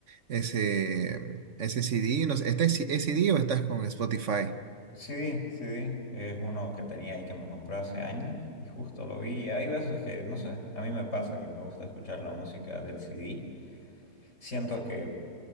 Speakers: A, on the right; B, on the left.
A: ese, mm, ese CD. No sé, ¿estás- ¿es CD o estás con Spotify?
B: CD, CD, es uno que tenía ahí que me compré hace años y justo lo vi. Hay veces que, no sé, a mí me pasa que me gusta escuchar la música del CD Siento que